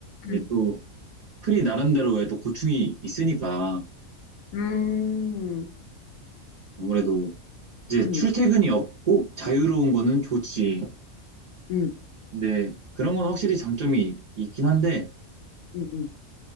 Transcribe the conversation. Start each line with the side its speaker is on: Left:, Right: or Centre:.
Right: 이게
Left: 음,
Right: 또, 프리 나름대로의 또 고충이 있으니까
Left: 음,
Right: 아무래도 이제
Left: 음,
Right: 출퇴근이 없고 자유로운 거는 좋지.
Left: 음,
Right: 근데 그런 건 확실히 장점이 있긴 한데
Left: 음. 음.